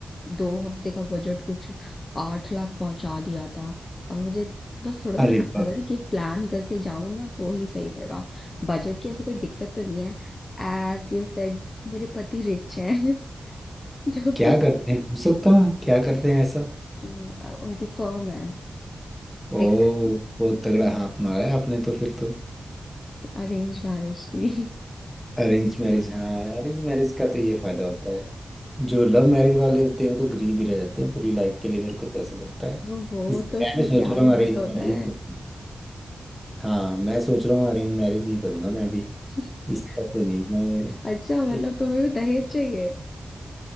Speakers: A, on the left; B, in the centre.
A: दो हफ्ते का बजट कुछ आठ लाख पहुंचा दिया था अब मुझे बस थोड़ा सा
B: अरे
A: डर
B: वाह
A: लग रहा है कि प्लान करके जाऊं ना तो ही सही रहेगा बजट की ऐसे कोई दिक्कत तो नहीं है एज यू सेड मेरे पति रिच हैं <laughs> तो
B: क्या करते हैं पूछ सकता हूँ क्या करते हैं ऐसा
A: हम्म, अ, उनकी फर्म है
B: ओ
A: टेक्सटाइल
B: बहुत तगड़ा हाथ मारा है आपने तो फिर तो
A: अरेंज मैरिज थी
B: अरेंज मैरिज हाँ अरेंज मैरिज का तो ये फायदा होता है जो लव मैरिज वाले होते हैं वो तो गरीब ही रह जाते हैं पूरी लाइफ के लिए मेरे को तो ऐसा लगता है
A: <laughs> ओहो
B: इसलिए
A: तो उसमें
B: मैं भी सोच
A: प्यार
B: रहा हूँ अरेंज
A: भी तो होता
B: मैरिज
A: है
B: हाँ मैं सोच रहा हूँ अरेंज मैरिज ही करूंगा मैं भी
A: <laughs>
B: इस तरह से नहीं मैं
A: अच्छा मतलब
B: एक-
A: तुम्हें भी दहेज चाहिए